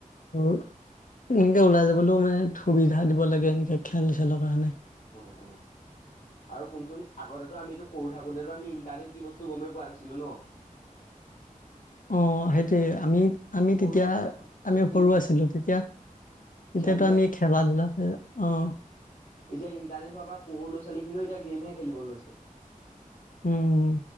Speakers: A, on the left (about 70°); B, on the left (about 50°).
A: আৰু এনেকে ওলাই যাবলৈও মানে সুবিধা দিব লাগে এনেকে খেল খেলৰ কাৰণে
B: অ', অ', আৰু শুনচোন আগতেতো আমিতো সৰু থাকোতে আমি ইন্টাৰনেট কি বস্তু গমেই পোৱা নাছিলো ন <unintelligible>
A: অ সেইটোয়ে আমি আমি
B: সৰু
A: তেতিয়া
B: থাকোতে ফুটবল
A: আমি
B: খেলিছিলো
A: সৰু আছিলো তেতিয়া <unintelligible> তেতিয়াতো
B: খেল বিলাক
A: আমি
B: খে
A: খেলা ধূলাতে অঁ। <unintelligible>
B: এতিয়া ইণ্টাৰনেট হোৱাৰ পৰা সৰু ল'ৰা ছোৱালীখিনিও এতিয়া, গেম হে খেলিবলৈ লৈছে। <unintelligible>
A: উম।